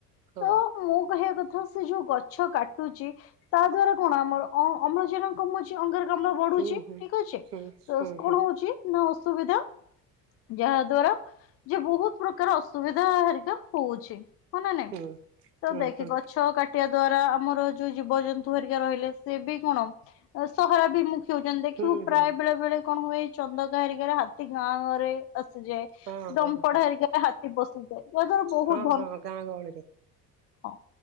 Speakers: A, on the right; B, on the left.
A: ହଁ
B: ତ ମୁଁ କହିବା କ ହଁ ସେ ଯୋଉ ଗଛ କାଟୁଛି ତା ଦ୍ଵାରା କଣ ଆମର ଅ ଅମ୍ଲଜାନ କମୁ ଛି ଅଙ୍ଗାରକାମ୍ଳ ବଢ଼ୁଛି
A: ହୁଁ ହୁଁ
B: ଠିକ୍ ଅଛି
A: ହୁଁ
B: କଣ
A: ହୁଁ
B: ହଉଛି ନା ଅସୁବିଧା ଯାହା ଦ୍ଵାରା ଯ ବହୁତ ପ୍ରକାର ଅସୁବିଧା ହେରିକା ହଉଛି। ହ ନା ନାଇଁ
A: ହୁଁ
B: ତ ଦେଖେ
A: ହୁଁ ହୁଁ
B: ଗଛ କା ଟିବା ଦ୍ଵାରା ଆମର ଯୋଉ ଜୀବଜନ୍ତୁ ହେରିକା ରହିଲେ ସେ ବି କଣ ସହରା ବିମୁ ଖି ହଉଛନ୍ତି ଦେଖିବୁ
A: ହୁଁ
B: ପ୍ରାୟ
A: ହୁଁ ହୁଁ
B: ବେଳେ ବେଳେ କଣ ହୁଏ ଚନ୍ଦକା ହେରିକାରେ ହାତୀ ଗାଁ ଗରେ ଯାଏ
A: ହଁ
B: ଡମ୍ପଡ଼
A: ହଁ ହଁ
B: ହେରିକା ହାତୀ ପସିଯାଏ ଆ ଦ୍ଵାରା ବହୁତ
A: ହଁ
B: ଧ
A: ହଁ ଗାଁ ଗହଳିରେ
B: ହଁ